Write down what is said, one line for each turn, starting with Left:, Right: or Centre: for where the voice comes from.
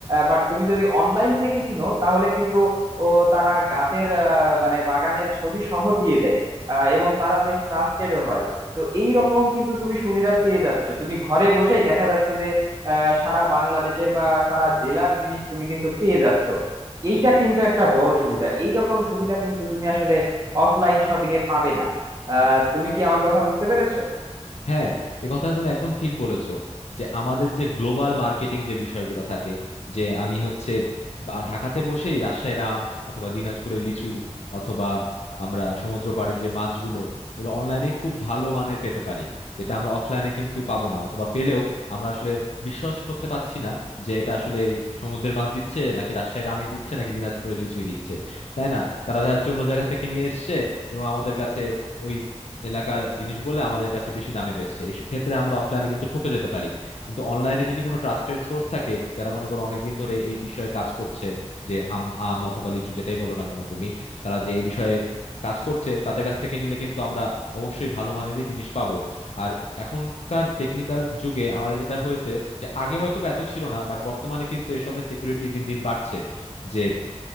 Right: বাট তুমি যদি অনলাইন থেকে কিনো তাহলে কিন্তু ও তারা গাছের আহ, মানে বাগানের ছবি সহ দিয়ে দেয় আহ, এবং তারা বেশ ট্রাস্টেড হয় তো এই রকম কিন্তু তুমি সুবিধা পেয়ে যাচ্ছ তুমি ঘরে বসেই দেখা যাচ্ছে যে আহ, সারা বাংলাদেশের বা সারা জেলার জিনিস তুমি কিন্তু পেয়ে যাচ্ছ এইটা কিন্তু একটা বড় সুবিধা এই রকম সুবিধা কিন্তু তুমি আসলে অফলাইন শপিং এ পাবে না আহ তুমি কি আমার কথা বুঝতে পেরেছো
Left: হ্যাঁ এ কথা তুমি একদম ঠিক বলেছো যে আমাদের যে গ্লোবাল মার্কেটিং যে বিষয়গুলো থাকে যে আমি হচ্ছে বা- ঢাকাতে বসেই রাজশাহী আম অথবা দিনাজপুরে লিচু অথবা আমরা সমুদ্র পাড়ের যে মাছগুলো এগুলো অনলাইনে খুব ভালো মানের পেতে পারি যেটা আমরা অফলাইনে কিন্তু পাবো না অথবা পেলেও আমরা আসলে বিশ্বাস করতে পারছি না যে এটা আসলে সমুদ্রের মাছ দিচ্ছে নাকি রাজশাহীর আমই দিচ্ছে নাকি দিনাজপুরের লিচুই দিচ্ছে তাই না তারা দেখা যাচ্ছে অন্য জায়গা থেকে নিয়ে এসছে এবং আমাদের কাছে ওই এলাকার জিনিস বলে আমাদের কাছে বেশি দামে বেচছে এই ক্ষেত্রে আমরা অফলাইনে কিন্তু ঠকে যেতে পারি কিন্তু অনলাইনে যদি কোনো ট্রাস্টেড সোর্স থাকে যারা মনে করো অনেকদিন ধরে এই বিষয়ে কাজ করছে যে আম আম অথবা লিচু যেটাই বলো না কেন তুমি তারা যে এই বিষয়ে কাজ করছে তাদের কাছ থেকে নিলে কিন্তু আমরা অবশ্যই ভালো মানেরই জিনিস পাবো আর এখনকার টেকনিক্যাল যুগে আমাদের যেটা হয়েছে যে আগে হয়তো বা এত ছিল না বাট বর্তমানে কিন্তু এসবের সিকিউরিটি দিন দিন বাড়ছে যে